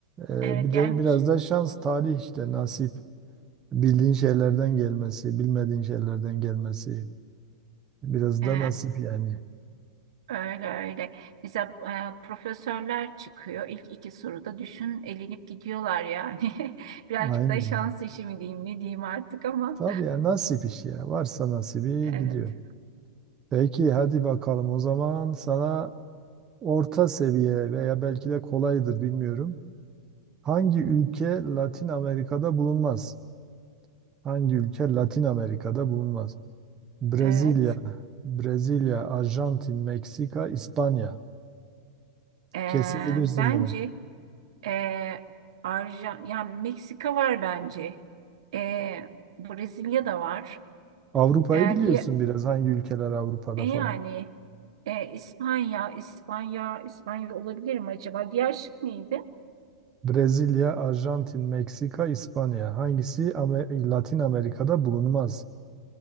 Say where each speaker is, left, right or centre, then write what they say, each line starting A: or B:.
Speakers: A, on the right; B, on the right.
A: Ee,
B: evet
A: bir de
B: yani
A: biraz da şans, talih işte nasip. Bildiğin şeylerden gelmesi, bilmediğin şeylerden gelmesi. Biraz
B: e,
A: da nasip yani.
B: Öyle öyle. Mesela e, profesörler çıkıyor. İlk iki soruda düşün elenip gidiyorlar yani. <laughs> Birazcık
A: Aynen.
B: da şans
A: Evet.
B: işi mi diyeyim ne diyeyim artık ama.
A: Tabii ya nasip işi ya. Varsa nasibi
B: Evet.
A: gidiyor. Peki hadi bakalım o zaman sana orta seviye veya belki de kolaydır bilmiyorum. Hangi ülke Latin Amerika'da bulunmaz? Hangi ülke Latin Amerika'da bulunmaz? Brezilya,
B: Evet.
A: Brezilya, Arjantin, Meksika, İspanya.
B: E,
A: Kesin bilirsin
B: bence
A: bunu.
B: e, Arjan, yani Meksika var bence. E, Brezilya da var.
A: Avrupa'yı
B: E,
A: biliyorsun
B: diye,
A: biraz hangi ülkeler Avrupa'da
B: e,
A: falan.
B: yani e, İspanya, İspanya, İspanya olabilir mi acaba? Diğer şık neydi?
A: Brezilya, Arjantin, Meksika, İspanya. Hangisi Amer- Latin Amerika'da bulunmaz?